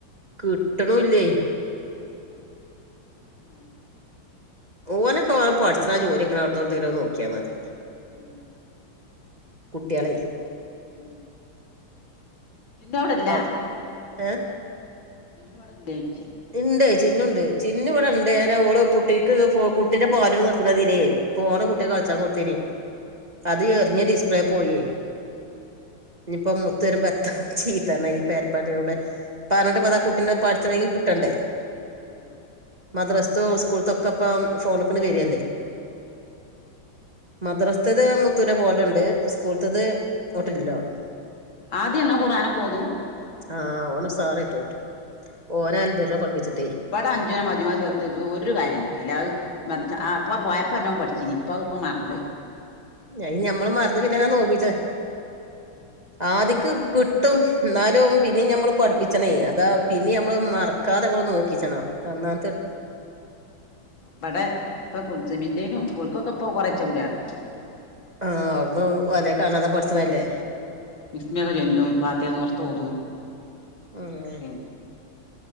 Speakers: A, on the right; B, on the left.
A: കിട്ട്ണൂല്ലേയ്
B: ഉം ഉം
A: ഓനൊക്കവ പട്ച്ച്ണാ ജോലിയൊക്ക്ണ അവ്ട്ന്നൊട് ന്നേലൊക്കെ നോക്ക്യാ മതി.
B: ഉം
A: കുട്ട്യാളെയ്.
B: <unintelligible> ചിന്നു അവിടെല്ല
A: ആവുട് ഏ.
B: <unintelligible>
A: ഇണ്ടേയ് ചിന്നുണ്ട് ചിന്നു ഇവിടെണ്ടേന ഓള് കുട്ടിക്ക് ഫോ കുട്ടിന്റെ പാലുടി നിർത്തണതിലേയ്. ഫോണ് കുട്ടിക്ക് കളിച്ചാൻ കൊടുത്തീനേയ് അത് എറിഞ് ഡിസ്പ്ലേ പോയേയ്. ഞ്ഞിപ്പ മു തെരുമ്പത്ത് ചീത്തർഞ ഈ പേരപന്നൂടെ പറഞ്ഞിട്ടെപ്പെന്താ കുട്ടിനെ പഠിച്ചെണെങ്കി കി ട്ടണ്ടേ
B: ഉം
A: മദ്രസ്തോം സ്കൂൾതൊക്കപ്പ ഫോണ്ക്ക്ണ് വര്അല്ലേ മദ്റസ്ത്തത് ആമു- ഉരെ പോലെണ്ട് സ്കൂൾത്തത് ഓട്ടില്ലാണും
B: ആദി നല്ലോം ഖുർആനൊക്കോതും.
A: ആ ഓനുസാറായിട്ട് കിട്ടും ഓന് അൽബിറ് പഠ്പ്പിച്ചിട്ടേ.
B: ബട അഞ്ചുനെ മജ്മഅ് ചേർത്ട്ട് ഒരു കാര്യം കിട്ടില്ല അത് അപ്പ പോയ പ്പല്ലോം പഠ്ച്ചീനി പ്പവ് ഒക്കെ മർന്നവ്.
A: ഞയ് ഞമ്മള് മർന്ന് പിന്നങ്ങനെ നോക്കിച-
B: ഉം.
A: ആദിക്ക് ബ് കിട്ടും ന്നാലും പിന്നിം ഞമ്മള് പഠ്പ്പിച്ചണേ അതാ പിന്നി ണമ്മള് മർ- കാദമ്മൾ നോക്കിച്ചണം അന്നാ-
B: ഉം ബടെ പ്പൊ കുജ്ജ്മിൻ്റെനും ഓൽക്കൊക്ക പ്പൊ കൊറെചെ പുട്യാട്ണ്ട്.
A: ആഹ് അവിടുന്നും ഓലെ കാണാതെ പഠിച്ചണല്ലേ
B: വിസ്മിഒക്കെ ചല്ലും പാത്തിയ സൂറത്തോതും
A: ആഹ്
B: ക്കെ